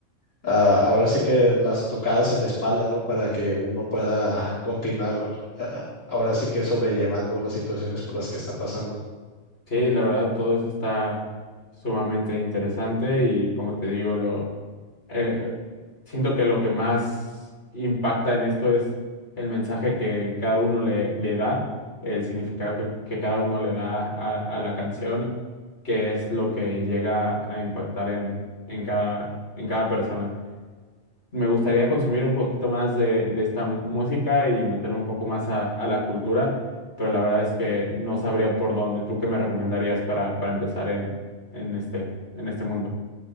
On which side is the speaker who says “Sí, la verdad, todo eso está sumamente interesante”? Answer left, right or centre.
Left